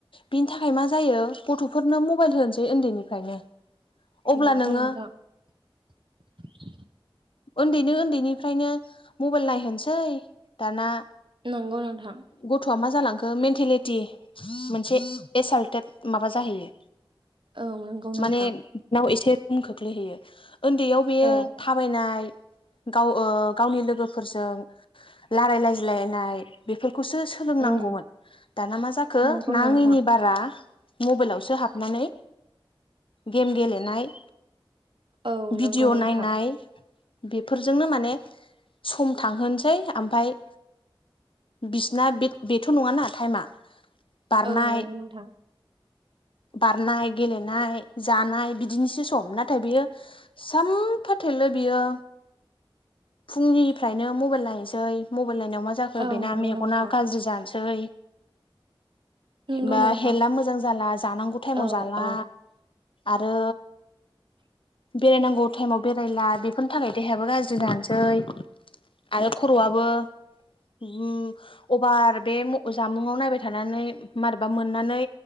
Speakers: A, on the left; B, on the right.
A: बिनि थाखाय मा जायो गथ'फोरनो मबाइल होनोसै उन्दैनिफ्रायनो अब्ला
B: नंगौ
A: नोङो।
B: <inaudible>
A: उन्दैनो उन्दैनिफ्रायनो मबाइल नायहोनसै दाना
B: नंगौ नोंथां।
A: गथ'आ मा जालांखो मेन्टेलिटि मोनसे एसाल्टेट माबा जाहैयो।
B: औ नंगौ नोंथां
A: माने बिनाव एसे गोहोम खोख्लैहैयो उन्दैयाव बेयो
B: औ
A: थाबायनाय गाव ओ गावनि लोगोफोरजों लारायलायज्लायनाय बेफोरखौसो सोलोंनांगौमोन
B: उम
A: दाना मा जाखो
B: नंगौ
A: नाङैनि
B: नोंथां
A: बार फोरा मबाइलावसो हाबनानै गेम गेलेनाय
B: औ
A: भिडियअ
B: नंगौ नोंथां
A: नायनाय बेफोरजोंनो माने सम थांहोनसै ओमफाय। बिसिना बेथ-बेथ' नङाना टाइमा बारनाय
B: औ नंगौ नोंथां
A: बारनाय गेलेनाय जानाय बिदिनिसो सम नाथाय बेयो सामफा थोलो बियो फुंनिफ्रायनो मबाइल नायनोसै मबाइल नायनायाव मा जाखो
B: औ
A: बेना
B: नंगौ
A: मेगना
B: नोंथां
A: गाज्रि जानोसै।
B: नंगौ
A: मा
B: नोंथां
A: हेल्थआ मोजां जाला जानांगौ टाइमाव
B: औ
A: जाला
B: औ
A: आरो
B: <inaudible>
A: बेरायनांगौ टाइमाव बेरायला बेफोरनि थाखाय देहायाबो गाज्रि जानोसै। आरो खर'आबो बु अभार बे म ओ जामुङाव नायबाय थानानै मारबा मोननानै